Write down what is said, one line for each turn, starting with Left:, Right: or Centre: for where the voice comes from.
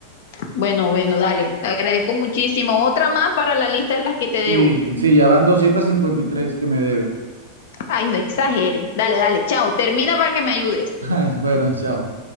Left: Bueno, bueno, dale. Te agradezco muchísimo. Otra más para la lista de las que te debo.
Right: Sí, sí, ya van 253 que me debes.
Left: Ay, no exageres. Dale, dale, chao. Termina para que me ayudes.
Right: <laughs> Bueno, chao.